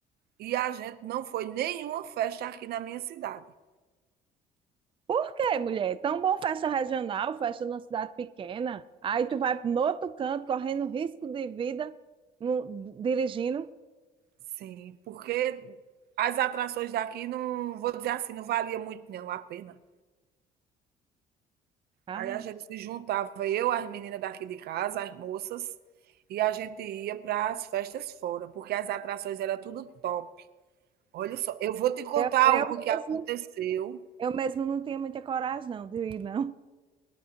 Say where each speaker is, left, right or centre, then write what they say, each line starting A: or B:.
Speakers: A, on the right; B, on the right.
A: e a gente não foi nenhuma festa aqui na minha cidade.
B: Por quê, mulher? Tão bom festa regional, festa numa cidade pequena. Aí tu vai no outro canto, correndo risco de vida, no- dirigindo.
A: Sim, porque as atrações daqui não vou dizer assim, não valia muito não a pena.
B: Ah,
A: Aí a gente se juntava, eu, as meninas daqui de casa, as moças, e a gente ia para as festas fora, porque as atrações era tudo top. Olha só, eu vou te contar
B: eu, eu
A: uma
B: mesmo,
A: que aconteceu.
B: eu mesmo não tinha muita coragem, não, de ir, não. <laughs>